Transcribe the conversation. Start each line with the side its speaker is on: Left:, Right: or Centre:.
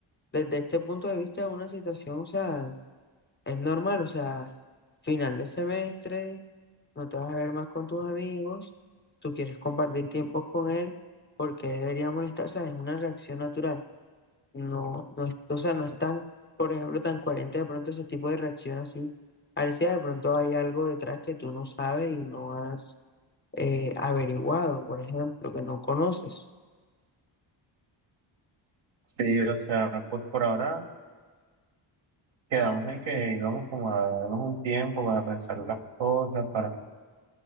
Left: desde este punto de vista, es una situación, o sea, es normal, o sea, final del semestre, no te vas a ver más con tus amigos, tú quieres compartir tiempo con él, porque debería molestar? O sea, es una reacción natural, no, no es, o sea, no es tan, por ejemplo, tan coherente de pronto ese tipo de reacción así. Parece de pronto hay algo detrás que tú no sabes y no has eh, averiguado, por ejemplo, que no conoces.
Right: sí, o sea, pues por ahora quedamos en que íbamos como a darnos un tiempo para pensar las cosas, para,